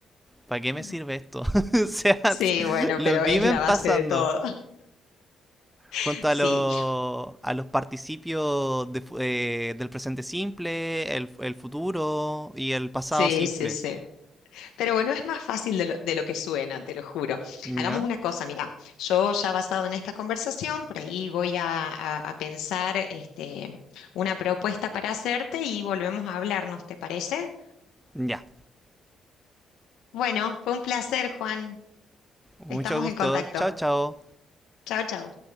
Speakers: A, in the centre; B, on the left.
A: ¿para qué me
B: Mm.
A: sirve esto? <laughs> o sea,
B: Sí, bueno,
A: lo
B: pero
A: viven
B: es la
A: pasando.
B: base de todo. <laughs>
A: Junto a,
B: Sí.
A: los a los participios de fu- eh, del presente simple, el, el futuro y el pasado
B: Sí,
A: simple.
B: sí, sí. Pero bueno, es más fácil de lo, de lo que suena, te lo juro.
A: ¿Ya?
B: Hagamos una cosa, mira, yo ya basado en esta conversación, por ahí voy a, a- a pensar este, una propuesta para hacerte y volvemos a hablarnos, ¿te parece?
A: Ya.
B: Bueno, fue un placer, Juan.
A: Mucho
B: Estamos
A: gusto.
B: en contacto.
A: Chao, chao.
B: Chao, chao.